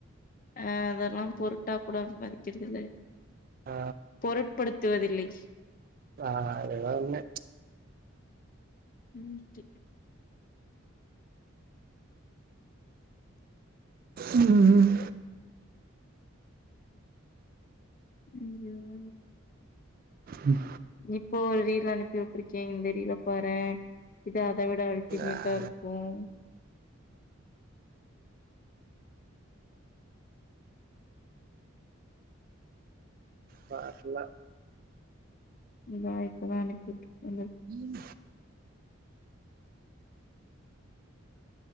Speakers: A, on the left; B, on the right.
A: ஆ அதெலாம் பொருட்டா கூட மதிக்கிறதுல்ல
B: ஆ
A: பொருட்படுத்துவதில்லை
B: ஆ எல்லாருமே
A: உம் சேரி
B: உம் உம்
A: ம்
B: உம்
A: இப்போ ஒரு ரீல் அனுப்பி உட்ருக்கிங்லே இந்த ரீலா பாறேன் இது அத விட அல்டிமேட்டா
B: ஆஹ்,
A: இருக்கும்
B: வர்ல
A: இதான் இப்போ தான் அனுப்பி உட்ருக்கேன்
B: ம்